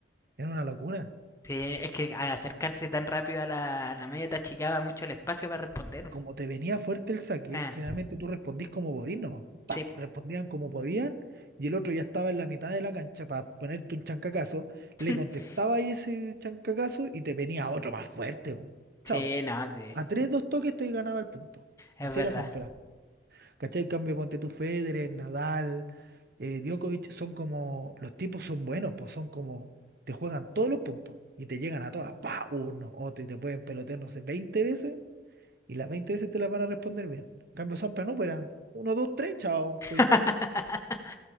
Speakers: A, on the right; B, on the left.
A: era una locura.
B: Sí, es que al acercarse tan rápido a la, a la malla te achicaba mucho el espacio para responder.
A: Y como te venía fuerte el saque,
B: Ah.
A: generalmente tú respondís como podís nomás. Ta,
B: Sí.
A: Respondían como podían y el otro ya estaba en la mitad de la cancha para ponerte un chancacazo. Le
B: <laughs>
A: contestaba ahí ese chancacazo y te venía otro más fuerte, po. Chao.
B: Sí, no, sí.
A: A tres, dos toques te ganaba el punto.
B: Es
A: Así
B: verdad.
A: era Sampras. ¿Cachai? En Cambio, ponte tú Federer, Nadal, eh, Djokovic, son como, los tipos son buenos, pues son como, te juegan todos los puntos y te llegan a todas, pa, uno, otro, y te pueden pelotear, no sé, 20 veces y las 20 veces te las van a responder bien. En cambio, Sampras no, pero uno, dos, tres, chao, fuiste.
B: <laughs>